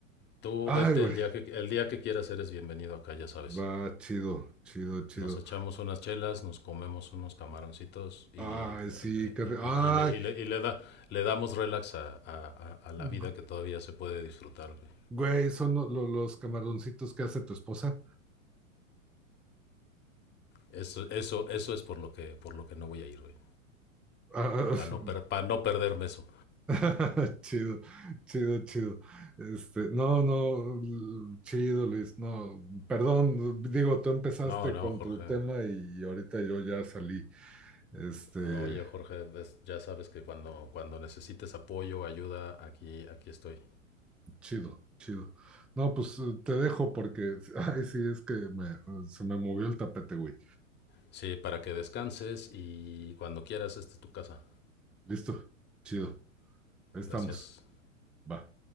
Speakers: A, on the left (about 25°); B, in the centre.
A: Tú
B: Ay,
A: vete
B: güey,
A: el día que, el día que quieras, eres bienvenido acá, ya sabes.
B: va, chido, chido, chido.
A: Nos echamos unas chelas, nos comemos unos camaroncitos y,
B: Ay, sí, qué
A: y-
B: ri-
A: y-
B: Ay,
A: y le, y le- y le da, le damos relax a, a- a- a la
B: Gu-
A: vida que todavía se puede disfrutar, güey.
B: Güey, son lo- lo- los camaroncitos que hace tu esposa.
A: Eso, eso, eso es por lo que, por lo que no voy a ir, güey.
B: Ah,
A: Para no, per- pa no perderme eso.
B: <laughs> chido, chido, chido. Este, no, no, l- chido, Luis, no, perdón, digo, tú empezaste
A: No, no,
B: con
A: Jorge.
B: tu tema y ahorita yo ya salí. Este,
A: No, oye, Jorge, es- ya sabes que cuando, cuando necesites apoyo, ayuda, aquí, aquí estoy.
B: chido, chido. No, pues eh, te dejo porque, <laughs> ay, sí, es que me- se me movió el tapete, güey.
A: Sí, para que descanses y cuando quieras, esta es tu casa.
B: Listo, chido, ahí estamos.
A: Gracias.
B: Va.